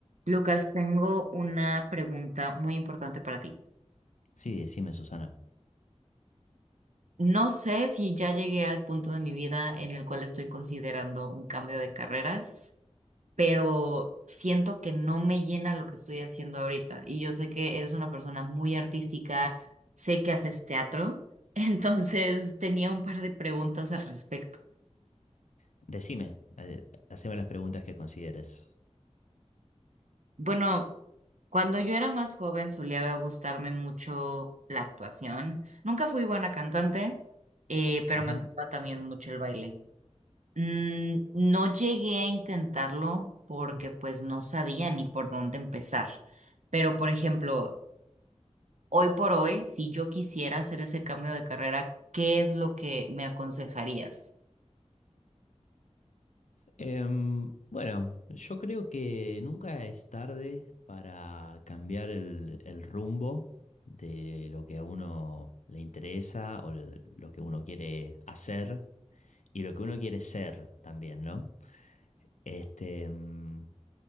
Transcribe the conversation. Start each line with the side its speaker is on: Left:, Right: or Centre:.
Right: Lucas, tengo una pregunta muy importante para ti.
Left: Sí, decime, Susana.
Right: No sé si ya llegué al punto de mi vida en el cual estoy considerando un cambio de carreras, pero siento que no me llena lo que estoy haciendo ahorita. Y yo sé que eres una persona muy artística, sé que haces teatro, <laughs> entonces tenía un par de preguntas al respecto.
Left: Decime, eh, haceme las preguntas que consideres.
Right: Bueno, cuando yo era más joven solía gustarme mucho la actuación. Nunca fui buena cantante, eh, pero
Left: Ajá.
Right: me gustaba también mucho el baile. Mm, no llegué a intentarlo porque pues no sabía ni por dónde empezar. Pero por ejemplo, hoy por hoy, si yo quisiera hacer ese cambio de carrera, ¿qué es lo que me aconsejarías?
Left: Em, bueno, yo creo que nunca es tarde para cambiar el, el rumbo de lo que a uno le interesa o de lo que uno quiere hacer y lo que uno quiere ser también, ¿no? Este, em,